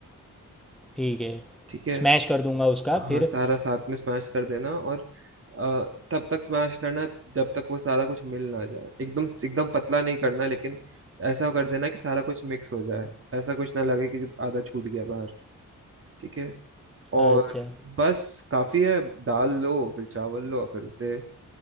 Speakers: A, in the centre; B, on the right.
A: ठीक है
B: ठीक है
A: स्मैश कर दूंगा उसका
B: हाँ
A: फिर
B: सारा साथ में स्मैश कर देना और अ, तब तक स्मैश करना जब तक वो सारा कुछ मिल ना जाए एकदम एकदम पतला नहीं करना लेकिन ऐसा कर देना कि सारा कुछ मिक्स हो जाए ऐसा कुछ ना लगे कि जब आधा छूट गया बाहर ठीक है और
A: अच्छा
B: बस काफी है दाल लो फिर चावल लो फिर उसे